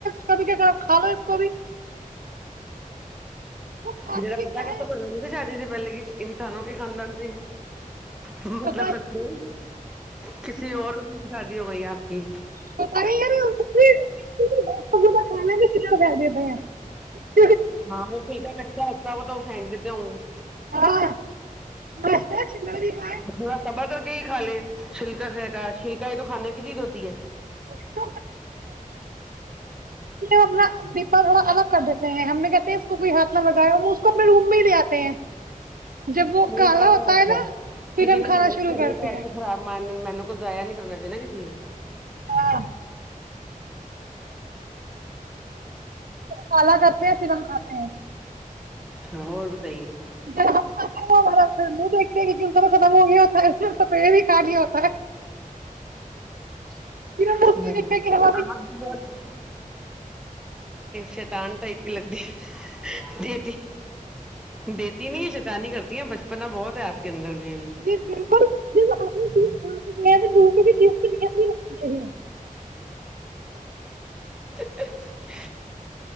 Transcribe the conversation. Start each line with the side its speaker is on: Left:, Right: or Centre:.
Right: کبھی کیا کر کھا لو اس کو بھی وہ کھاتے
Centre: جرا
Right: بھی
Centre: پتا
Right: کیا
Centre: کرت
Right: ہے
Centre: تو کرنا بھی شادی سے پہلے کی انسانوں نہیں خاند مطلب
Right: پتا
Centre: ری کسی اور اس کی شادی ہو گئی ہے کہ
Right: کھا ش کر دتے
Centre: ہاں وہ کھلکا کچا رتا وہ تو وہ پھینک دیتے ہوں گ
Right: ہاں میں شلر بھی کھائے
Centre: تھوڑا سبر کر ہی کھا لیں شلکا کا شلکا ہی تو کھانے کی چیز ہوتی ہے
Right: اسے اپنا دیپا تھوڑا الگ کر دیتے ہیں ہم نے کہتے ہیں اس کو کوئی ہاتھ نہ لگایا اس کو اپنے روم میں ہی لے آتے ہیں جب وہ
Centre: صی
Right: کالا
Centre: بات
Right: ہوتا
Centre: ہے اور کیا
Right: نا پھر
Centre: کسی
Right: ہم
Centre: نے
Right: کھانا
Centre: محنت
Right: شروع
Centre: کری
Right: کرتے
Centre: ہے تو ایسے
Right: ہیں
Centre: خراب م م کچھ ضایا نہیں کرنا چاہی نا کسی
Right: ہاں کالا کرتے ہیں پھر ہم آتے ہیں
Centre: اچھا اور بتائیے
Right: جا ہم پھر من دتے کہ جن تو سد منہی ہوتا ہے سف بھی کٹ ہوتا ہےک کے بھی
Centre: آپ
Right: ج ک گیا وہ
Centre: بھی بہت شیتان ٹائپ کی لگتی ہے دیتی دیتی نہیں ہے شیتانی ہی کرتی ہے بچپنا بہت ہے آپ کیندر بھی بھی
Right: جی بالکل چیز چز
Centre: خالی اوج عا رہی ہے